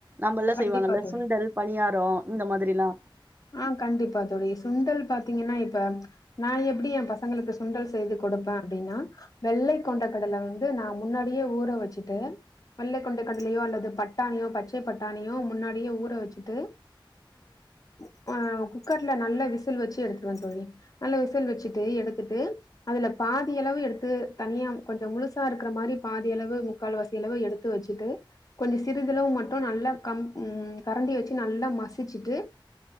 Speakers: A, on the right (about 25°); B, on the left (about 45°).
A: நம்மல்லா
B: கண்டிப்பா
A: செய்வாங்கல்ல
B: தோழி
A: சுண்டல் பணியாரம் இந்த மாதிரல்லா
B: ஆ கண்டிப்பா தோழி சுண்டல் பாத்தீங்கன்னா இப்ப நானு எப்படி என் பசங்களுக்கு சுண்டல் செய்து கொடுப்ப அப்டின்னா வெள்ளை கொண்ட கடலை வந்து நா முன்னாடியே ஊற வச்சுட்டு வெள்ளைக் கொண்ட கடலையோ அல்லது பட்டாணியோ பச்சை பட்டாணியோ முன்னாடியே ஊற வச்சுட்டு ஆ குக்கர்ல நல்லா விசில் வச்சு எடுத்துடுவே தோழி நல்லா விசில் வச்சுட்டு எடுத்துட்டு அதுல பாதி அளவு எடுத்து தனியா கொஞ்சோ முழுசா இருக்குற மாரி பாதியளவு முக்கால் வாசி அளவு எடுத்து வச்சிட்டு கொஞ்சோ சிறிதளவு மட்டும் நல்லா கம் ம் கரண்டி வச்சு நல்லா மசிச்சுட்டு